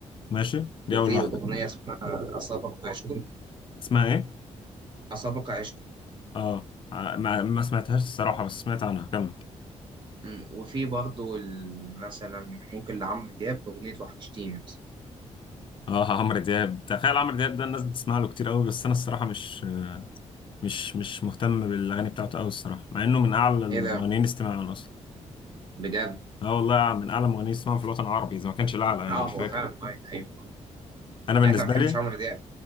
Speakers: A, on the left; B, on the right.
A: ماشي دي
B: وفي
A: اول واحده
B: اغنيه اسمها اسابق عشق
A: اسمها ايه
B: اسابق عشق
A: اه ع- ما, ما سمعتهاش الصراحه بس سمعت عنها كمل
B: مم، وفي برضه ال- مثلا ممكن لعمرو دياب اغنيه وحشتيني مثلا
A: اه عمرو دياب تخيل عمرو دياب ده الناس بتسمع له كتير قوي بس انا الصراحه مش مش مش مهتم بالاغاني بتاعته قوي الصراحه مع انه من اعلى المغنيين
B: ايه ده
A: استماعا اصلا
B: بجد
A: اه والله من اعلى المغنيين استماعا في الوطن العربي اذا ما كانش الاعلى يعني
B: اه
A: مش
B: هو
A: فاكر
B: فعلا مايك ايوه
A: انا بالنسبه
B: يعني انت ما بتحبش
A: لي
B: عمرو دياب